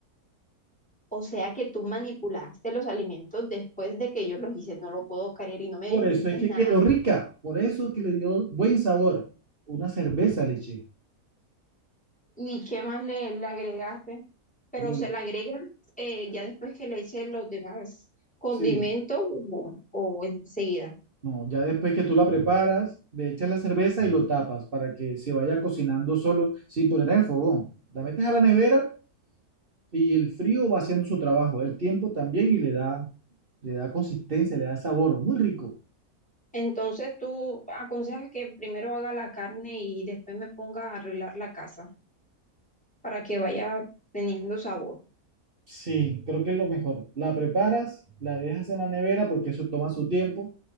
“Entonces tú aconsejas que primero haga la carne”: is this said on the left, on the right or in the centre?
Centre